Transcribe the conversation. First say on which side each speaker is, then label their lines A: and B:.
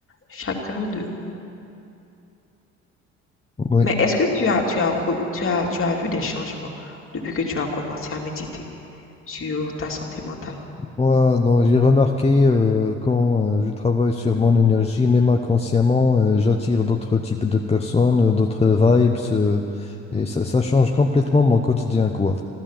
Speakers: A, on the left; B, on the left.
A: chacun d'eux.
B: Oui.
A: Mais est-ce que tu as tu as re- tu as tu as vu des changements depuis que tu as commencé à méditer sur ta santé mentale?
B: Moi, donc, j'ai remarqué euh, quand euh, je travaille sur mon énergie, même inconsciemment, euh, j'attire d'autres types de personnes, euh, d'autres
A: Hmm,
B: vibes, euh, et ça, ça change complètement mon quotidien, quoi.